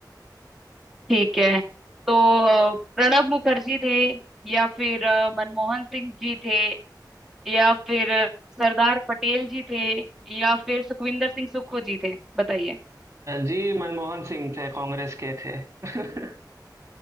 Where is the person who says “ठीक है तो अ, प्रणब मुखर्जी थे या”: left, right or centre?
Centre